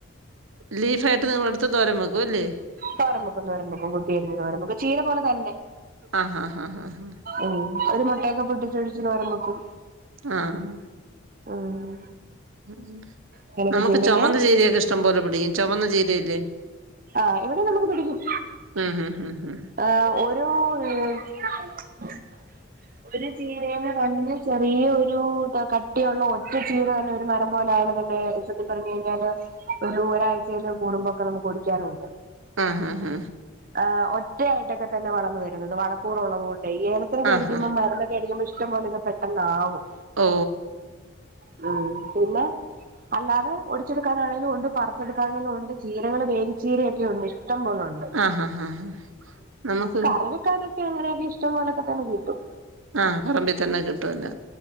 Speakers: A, on the right (about 80°); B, on the right (about 45°).
A: ലീഫ് ആയിട്ട് നിങ്ങള് എടുത്ത് തോരൻ വെക്കും അല്ലേ
B: തോരൻ വെക്കും തോരൻ വെക്കും കൊത്തി അരിഞ്ഞു തോരൻ വെക്കും ചീര പോലെ തന്നെ
A: ആഹ് ആഹ് ആഹ്
B: ഉം ഒരു മുട്ടയൊക്കെ പൊട്ടിച്ചൊഴിച്ച് തോരൻ വെക്കും.
A: ആഹ്
B: ഉം
A: ഉം
B: അങ്ങനൊക്കെ
A: നമുക്ക്
B: ചെയ്യും പിന്നെ
A: ചുമന്ന ചീരയൊക്കെ ഇഷ്ടം പോലെ പിടിക്കും ചുമന്ന ചീരല്ലേ
B: ആ ഇവിടെ നമുക്ക് പിടിക്കും.
A: ഉം ഉം ഉം ഉം
B: ആ ഒരും ഉം ഒരു ചീരനെ തന്നെ ചെറിയ ഒരു കട്ടിയുള്ള ഒറ്റ ചീര തന്നെ ഒരു മരം പോലെയത് തന്നെ സത്യം പറഞ്ഞ കഴിഞ്ഞാല് ഒരു ഒരാഴ്ച കൂടുമ്പോക്കെ നമുക്ക് ഒടിക്കാനുണ്ട്
A: ആഹ് ആഹ്
B: ഹ് ഒറ്റയായിട്ടൊക്കെ തന്നെ വളർന്നു വരും ത് വളക്കൂറുള്ളള്ളത കൊണ്ട് ഏലത്തിനെ കടിക്കുമ്പോ
A: ആഹ് ആഹ്
B: മരുന്ന് അടിക്കുമ്പോ ഇഷ്ടപോലെത് പെട്ടന്നാവും
A: ഓ
B: മ്മ്ഹ് പിന്നേ അല്ലാതെ ഒടിച്ചെടുക്കാനാണെങ്കിലും ഉണ്ട് പറിച്ചടുക്കാണെങ്കിലും ഉണ്ട് ചീരകൾ വേ ചീരൊക്കെ ഉണ്ട് ഇഷ്ടംപോലുണ്ട്
A: ആഹ് ആഹ് ആഹ് നമുക്ക്
B: കറി വേക്കാനൊക്കെങ്ങെയൊക്കെ ഇഷ്ടം പോലൊക്കെ തന്നെ കിട്ടും
A: ആഹ പറമ്പിൽ തന്നെ കിട്ടുവല്ലോ